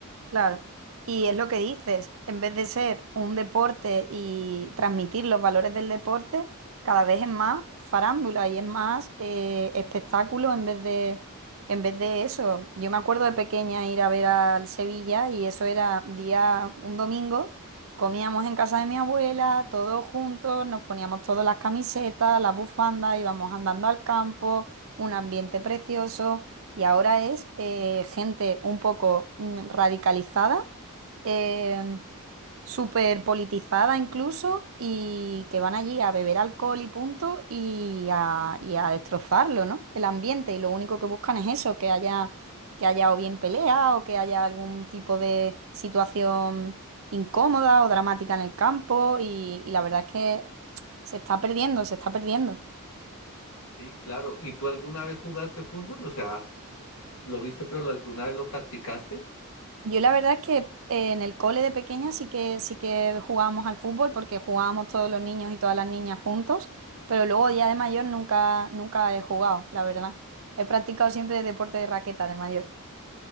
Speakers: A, on the right (about 65°); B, on the left (about 75°).
A: Claro. Y es lo que dices, en vez de ser un deporte y transmitir los valores del deporte, cada vez es más farándula y es más eh, espectáculo en vez de, en vez de eso. Yo me acuerdo de pequeña ir a ver al Sevilla y eso era día, un domingo, comíamos en casa de mi abuela, todos juntos, nos poníamos todas las camisetas, las bufandas, íbamos andando al campo, un ambiente precioso. Y ahora es eh, gente un poco mm, radicalizada, eh, súper politizada incluso, y que van allí a beber alcohol y punto y a, y a destrozarlo, ¿no? El ambiente. Y lo único que buscan es eso, que haya, que haya o bien pelea o que haya algún tipo de situación incómoda o dramática en el campo. Y, y la verdad es que se está perdiendo, se está perdiendo.
B: Sí, claro. ¿Y tú alguna vez jugaste fútbol? O sea... ¿Lo viste, pero alguna vez lo practicaste?
A: Yo la verdad es que eh, en el cole de pequeña sí que sí que jugábamos al fútbol porque jugábamos todos los niños y todas las niñas juntos, pero luego ya de mayor nunca nunca he jugado, la verdad. He practicado siempre deporte de raqueta de mayor.